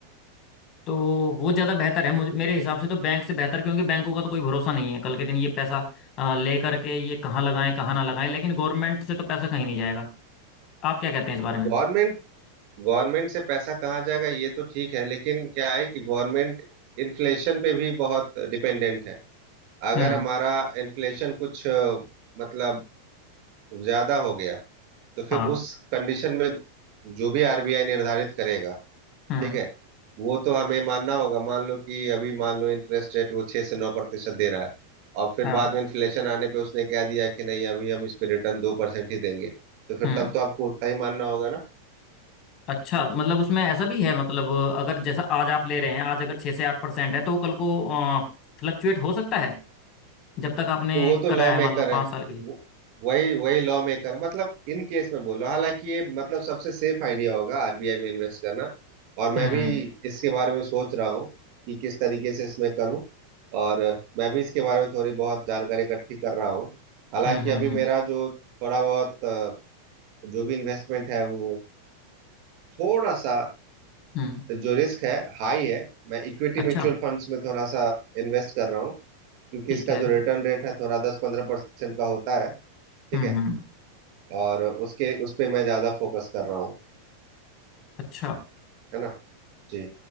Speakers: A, on the left (about 35°); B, on the right (about 45°).
A: तो वो ज़्यादा बेहतर है मुझे मेरे हिसाब से तो बैंक से बेहतर क्योंकि बैंकों का तो कोई भरोसा नहीं है कल के दिन ये पैसा अ, ले करके ये कहाँ लगाएं कहाँ ना लगाएं लेकिन गवर्नमेंट से तो पैसा कहीं नहीं जाएगा आप क्या कहते हैं इस बारे में
B: गवर्नमेंट गवर्नमेंट से पैसा कहाँ जाएगा ये तो ठीक है लेकिन क्या है कि गवर्नमेंट इन्फ्लेशन पे भी बहुत डिपेंडेंट है अगर
A: हम्म
B: हमारा इन्फ्लेशन कुछ अ, मतलब ज्यादा हो गया तो फिर
A: हाँ
B: उस कंडीशन में जो भी आरबीआई निर्धारित करेगा
A: हम्म
B: ठीक है वो तो हमें मानना होगा मान लो कि अभी मान लो इंटरेस्ट रेट वो छह से नौ प्रतिशत दे रहा है और फिर
A: हाँ
B: बाद में इन्फ्लेशन आने पे उसने कह दिया कि नहीं अभी हम इस पे रिटर्न दो परसेंट ही देंगे तो फिर
A: हम्म
B: तब तो आपको उतना ही मानना होगा ना
A: अच्छा मतलब उसमें ऐसा भी है मतलब अगर जैसा आज आप ले रहे हैं आज अगर छः से आठ परसेंट है तो वो कल को फ्लक्चुएट हो सकता है जब तक आपने
B: तो वो तो
A: कराया
B: लॉ
A: है
B: मेकर
A: मान लो पाँच
B: है
A: साल के लिए
B: वो- वही वही लॉ मेकर मतलब इन केस में बोल रहा हूँ हालांकि ये मतलब सबसे सेफ आइडिया होगा आरबीआई में इन्वेस्ट करना और
A: हम्म
B: मैं भी इसके बारे में सोच रहा हूँ कि किस तरीके से इसमें करूँ और मैं भी इसके बारे में थोड़ी बहुत जानकारी इकट्ठी कर रहा हूँ हालांकि
A: हम्म हम्म
B: अभी
A: हम्म
B: मेरा जो थोड़ा बहुत अ, जो भी इन्वेस्टमेंट है वो थोड़ा सा
A: हम्म,
B: जो रिस्क है हाई है मैं इक्विटी
A: अच्छा
B: म्यूचुअल फंड्स में थोड़ा सा इन्वेस्ट कर रहा हूँ क्योंकि
A: ठीक
B: इसका
A: है
B: जो रिटर्न रेट है थोड़ा दस पंद्रह परसेंट का होता है ठीक
A: हम्म
B: है
A: हम्म
B: और उसके उस पे मैं ज्यादा फोकस कर रहा हूँ
A: अच्छा
B: है ना जी